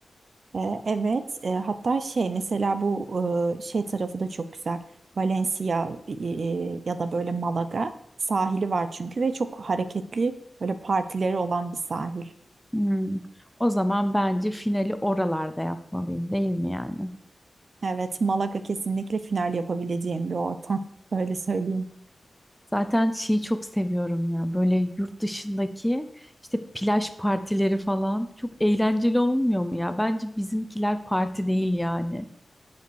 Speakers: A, on the right (about 50°); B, in the centre.
A: Ee, evet e, hatta şey mesela bu e, şey tarafı da çok güzel. Valencia e, e, ya da böyle Malaga sahili var çünkü ve çok hareketli böyle partileri olan bir sahil.
B: Hmm. O zaman bence finali oralarda yapmalıyım değil mi yani?
A: Evet, Malaga kesinlikle final yapabileceğim bir ortam. <laughs> Öyle söyleyeyim.
B: Zaten şeyi çok seviyorum ya böyle yurt dışındaki işte plaj partileri falan çok eğlenceli olmuyor mu ya? Bence bizimkiler parti değil yani.